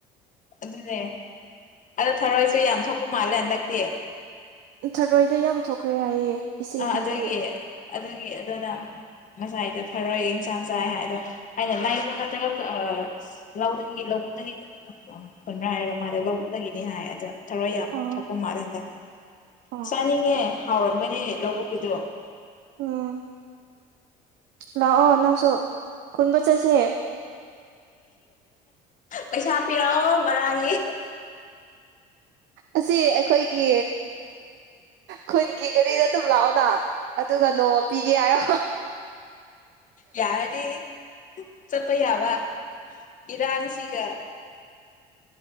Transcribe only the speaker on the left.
ꯑꯗꯨꯅꯦ ꯑꯗꯣ ꯊꯔꯣꯏꯁꯨ ꯌꯥꯝ ꯊꯣꯛꯄ ꯃꯥꯜꯂꯦ ꯍꯟꯗꯛ ꯇꯤ
ꯑ
ꯑꯗꯨꯒꯤ ꯑꯗꯨꯒꯤ ꯑꯗꯨꯅ ꯉꯁꯥꯏ ꯗ ꯊꯥꯔꯛꯑꯦ ꯌꯦꯟꯁꯥꯡ ꯆꯥꯏ ꯍꯥꯏ ꯑꯗꯣ ꯑꯩꯅ ꯂꯕ꯭ꯔꯥ ꯅꯠꯇ꯭ꯔꯒ ꯂꯧꯗꯒꯤ ꯂꯧꯕꯨꯛꯇꯒꯤ ꯈꯨꯟꯅ꯭ꯔꯥ ꯍꯥꯏꯔꯒ ꯃꯥꯗ ꯂꯧꯕꯨꯛꯇꯗꯒꯤꯅꯤ ꯍꯥꯏ ꯑꯗꯣ ꯊꯔꯣꯏ ꯌꯥꯝ
ꯊꯣꯛꯄ ꯃꯥꯜꯂꯦ ꯍꯟꯗꯤ
ꯆꯥꯅꯤꯡꯉꯦ ꯍꯥꯎꯔꯝꯒꯅꯤ ꯂꯧꯕꯨꯛꯀꯤꯗꯣ
ꯄꯩꯁꯥ ꯄꯤꯔꯛꯑꯣ ꯕꯔꯥꯒꯤ
ꯌꯥꯔꯗꯤ ꯆꯠꯄ ꯌꯥꯕ ꯏꯔꯥꯡꯁꯤꯒ